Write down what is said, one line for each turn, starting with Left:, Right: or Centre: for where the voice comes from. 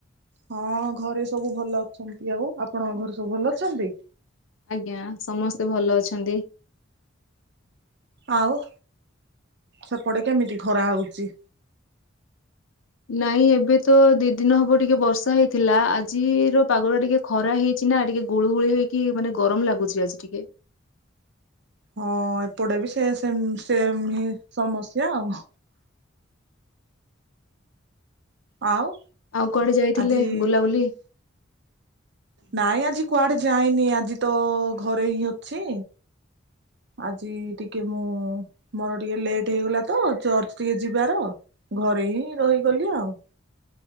Right: ହଁ ଘରେ ସବୁ ଭଲ ଅଛନ୍ତି ଆଉ ଆପଣଙ୍କ ଘରେ ସବୁ ଭଲ ଅଛନ୍ତି?
Left: ଆଜ୍ଞା ସମସ୍ତେ ଭଲ ଅଛନ୍ତି।
Right: ଆଉ ସେପଟେ କେମିତି ଖରା ହଉଛି?
Left: ନାଇଁ ଏବେ ତ ଦି ଦିନ ହବ ଟିକେ ବର୍ଷା ହେଇଥିଲା ଆଜିର ପାଗ ଟା ଟିକେ ଖରା ହେଇଛି ନା ଟିକେ ଗୋଳୁ ଗୋଳି ହେଇକି ମାନେ ଗରମ ଲାଗୁଛି ଆଜି ଟିକେ।
Right: ହଁ ଏପଟେ ବି ସେ ସେମ ହିଁ ସମସ୍ୟା ଆଉ। ଆଉ
Left: ଆଉ କୁଆଡେ ଯାଇଥିଲେ
Right: ଆଜି
Left: ବୁଲାବୁଲି?
Right: ନାଇଁ ଆଜି କୁଆଡେ ଯାଇନି ଆଜି ତ ଘରେ ହିଁ ଅଛି। ଆଜି ଟିକେ ମୁଁ ମୋର ଟିକେ ଲେଟ୍ ହେଇଗଲା ତ ଚର୍ଚ୍ଚ ଟିକେ ଯିବାର ଘରେ ହିଁ ରହିଗଲି ଆଉ।